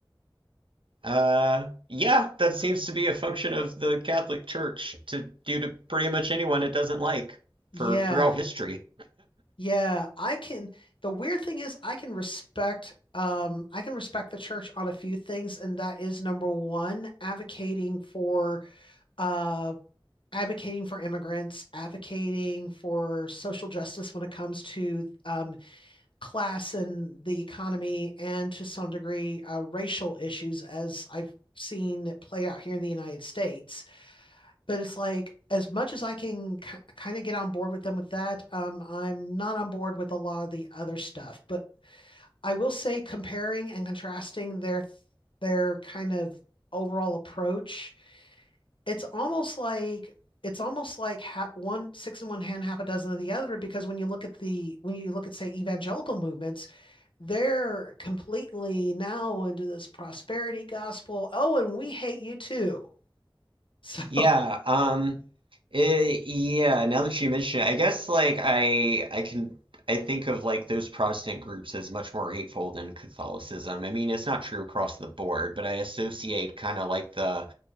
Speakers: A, on the right; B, on the left.
A: Uh, yeah, that seems to be a function of the Catholic Church to do to pretty much anyone it doesn't like
B: Yeah,
A: for throughout history.
B: yeah. I can. The weird thing is, I can respect. Um, I can respect the church on a few things, and that is number one, advocating for uh, advocating for immigrants, advocating for social justice when it comes to um, class and the economy and to some degree uh, racial issues as I've seen it played out here in the United States. But it's like, as much as I can k- kind of get on board with them with that, um, I'm not on board with a lot of the other stuff. But I will say comparing and contrasting their their kind of overall approach, it's almost like it's almost like ha- one six in one hand, half a dozen of the other. Because when you look at the when you look at say evangelical movements, they're completely now into this prosperity gospel. Oh, and we hate you too. <laughs> So,
A: Yeah, um, eh, yeah, now that you mention it, I guess like I I can I think of like those Protestant groups as much more hateful than Catholicism. I mean, it's not true across the board, but I associate kind of like the